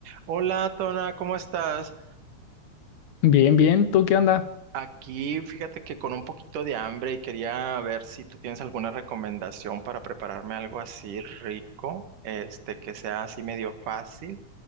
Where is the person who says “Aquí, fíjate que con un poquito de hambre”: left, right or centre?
Right